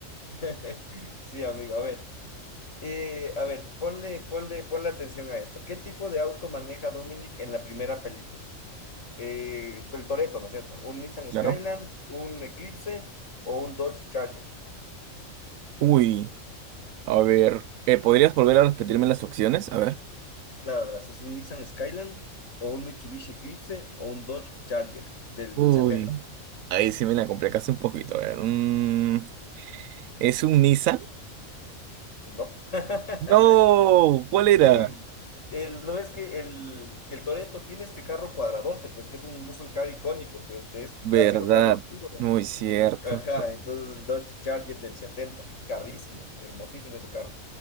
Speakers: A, on the left (about 65°); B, on the right (about 80°).
A: <laughs> Sí, amigo. A ver, eh, a ver, ponle, ponle, ponle atención a esto. ¿Qué tipo de auto maneja Dominic en la primera película? Eh, del Toretto, ¿no es cierto? ¿Un Nissan
B: Claro.
A: Skyline, un Eclipse o un Dodge Charger?
B: Uy, a ver. eh, ¿podrías volver a repetirme las opciones? A ver.
A: Claro, verás, es un Nissan Skyline o un Mitsubishi Eclipse o un Dodge Charger del
B: Uy.
A: setenta.
B: Ahí sí me la complicaste un poquito. A ver. mm, ¿es un Nissan?
A: No. <laughs>
B: No, ¿cuál era?
A: Sí, el, no es que el, el Toretto tiene este carro cuadradote, pues que es un muscle car icónico, pues de, es
B: ¿Verdad?
A: clásico carro gringo.
B: Muy cierto.
A: Ajá, entonces el Dodge Charger del 70, carrísimo, hermosísimo ese carro.